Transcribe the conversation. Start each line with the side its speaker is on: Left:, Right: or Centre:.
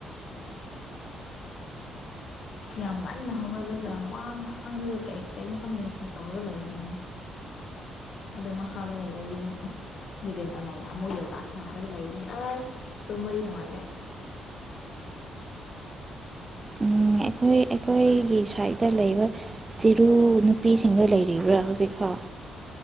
Left: ꯌꯥꯝ ꯉꯟꯅ ꯍꯧꯒꯜꯂꯒ ꯋꯥ ꯉꯥꯡꯂꯒ ꯀꯩ ꯀꯩꯅꯣ ꯈꯪꯗꯦꯩꯅꯣ ꯇꯧꯔꯒ ꯂꯩꯕ ꯑꯃꯨꯛꯅꯦ ꯑꯗꯨꯗ ꯃꯈꯥꯗ ꯂꯩꯕ ꯌꯨꯝ ꯔꯦꯟ ꯑꯅꯥꯏꯅ ꯑꯃꯨꯛ ꯌꯣꯒꯥꯥꯁꯅꯥꯔꯒ ꯂꯩꯅꯤ ꯑꯁ ꯇꯨꯝꯕꯗꯤ ꯅꯨꯡꯉꯥꯏꯔꯦ
Right: ꯎꯝ ꯑꯩꯈꯣꯏ ꯑꯩꯈꯣꯏꯒꯤ ꯁꯥꯏꯠꯇ ꯂꯩꯕ ꯆꯤꯔꯨ ꯅꯨꯄꯤꯁꯤꯡꯗ ꯂꯩꯔꯤꯕ꯭ꯔꯥ ꯍꯧꯖꯤꯛꯐꯥꯎ